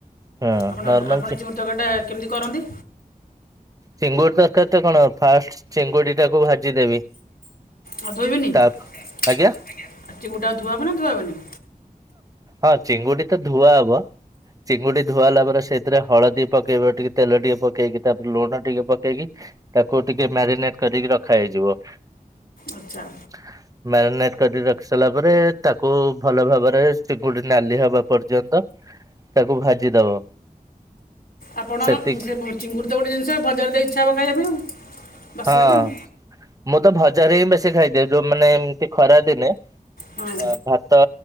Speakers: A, on the right (about 25°); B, on the left (about 80°).
A: ହଁ
B: ଆପଣ
A: ନର୍ମାଲ
B: ଆପଣ ଚିଙ୍ଗୁଡି ତରକାରୀ କେମିତି କରନ୍ତି?
A: ଚିଙ୍ଗୁଡ଼ି ତରକାରୀ ତ କଣ ଫାଷ୍ଟ ଚିଙ୍ଗୁଡ଼ି ଟାକୁ ଭାଜିଦେବି।
B: ଆଉ ଧୋଇବେନି
A: ତା
B: ଆଉ
A: ଆଜ୍ଞା
B: ଚିଙ୍ଗୁଟା ଧୁଆ଼ ହବ ନା ଧୁଆ ହବନି?
A: ହଁ ଚିଙ୍ଗୁଡି ତ ଧୁଆ ହବ ଚିଙ୍ଗୁଡି ଧୁଆଇଲା ପରେ ସେଥିରେ ହଳଦୀ ପକେଇବ ଟିକେ ତେ ଟିକେ ପକେଇକି ତାପରେ ଲୁଣ ଟିକେ ପକେଇକି ତାକୁ ଟିକେ ମ୍ୟାରିନେଟ କରିକି ରଖା ହେଇଯିବ
B: ଆଚ୍ଛା
A: ହ <inaudible> ମ୍ୟାରିନେଟ କର ରଖି ସାରିଲା ପରେ ତାକୁ ଭଲ ଭାବରେ ଚିଙ୍ଗୁଡି ନାଲି ହବା ପର୍ଯ୍ୟନ୍ତ ତାକୁ ଭାଜିଦବ
B: ଆପଣ
A: ସେତିକି
B: ସେ ଚିଙ୍ଗୁଡ଼ି ତ ଗୋଟେ ଜିନିଷ ଭଜାର ଦେଇ ଇଚ୍ଛା ହେବ ଖାଇବା ପାଇଁ ଆଉ ବାସ୍ନାରେ
A: ହଁ
B: ଆଉ
A: ମୁଁ ତ ଭଜାରେ ହିଁ ବେଶୀ ଖାଇଦିଏ ଯୋଉ ମାନେ ଏମତି ଖରା ଦିନେ ଅ
B: ହଁ
A: ଭ ତ